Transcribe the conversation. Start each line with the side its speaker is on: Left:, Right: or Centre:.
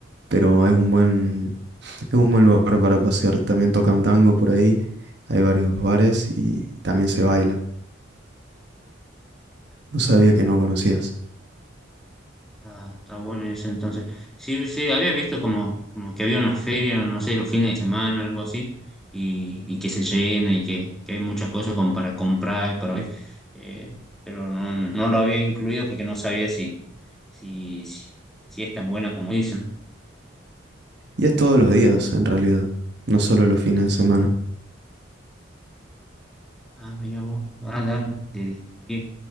Right: pero es un buen, es un buen lugar para pasear. También tocan tango por ahí, hay varios bares y también se baila. No sabía que
Centre: Pero
Right: no conocías.
Centre: Está, está bueno eso entonces. Sí, sí, había visto como, como que había una feria, no sé, los fines de semana, algo así, y, y que se llena y que, que hay muchas cosas como para comprar, y para ver. Eh, pero no, no lo había incluido porque no sabía si si, si, si es tan buena como dicen.
Right: Y es todos los días, en realidad, no solo los fines de semana.
Centre: Ah, mira vos, ah, dale, de- de-